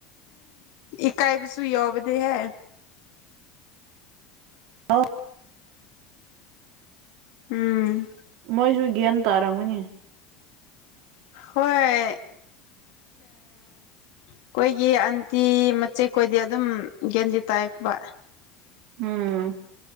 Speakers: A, on the left; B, on the right.
A: ꯏꯀꯥꯏꯕ ꯁꯨꯏ ꯑꯣꯕꯗ ꯍꯥꯏ
B: ꯑꯥꯎ
A: ꯎꯝ
B: ꯃꯣꯏꯁꯨ ꯒ꯭ꯌꯥꯟ ꯇꯥꯔꯝꯒꯅꯤ
A: ꯍꯣꯏ ꯑꯩꯈꯣꯏꯒꯤ ꯑꯟꯇꯤ ꯃꯆꯦꯛ ꯈꯣꯏꯗꯤ ꯑꯗꯨꯝ ꯒꯦꯟꯗꯤ ꯇꯥꯏꯄ
B: ꯎꯝ